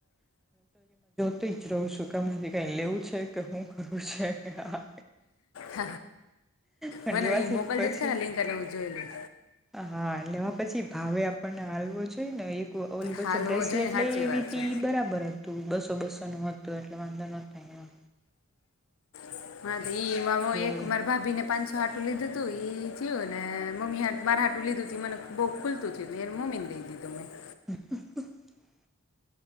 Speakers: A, in the centre; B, on the left.
A: જવું સુકામાંથી કઈ લેવું છે. કે શું કરું છે હા.
B: હ
A: પણ
B: મને
A: લેવાથી
B: એ મોકલજેજ
A: પછી
B: કે લિંક અને હું જોયેલું.
A: હા લેવા પછી ભાવે આપણને હાલવો જોઈ ને એક ઓલબચ્ચે
B: હાલવો
A: બ્રેસલેટ
B: જોઈને સાચી
A: લઈ એવી
B: વાત
A: ત
B: છે
A: બરાબર હતી. તું બસો બસો નું હતું એટલે વાંધો ન
B: <unintelligible> ભાભીને
A: જુવાળું
B: પાંચસો આટું લીધું તું ઈ થયું ને મમ્મી મારા આટું લીધું તું મને બહુ ખુલતુંયું યર મમીને દઈ દીધું મેં
A: હ <inaudible>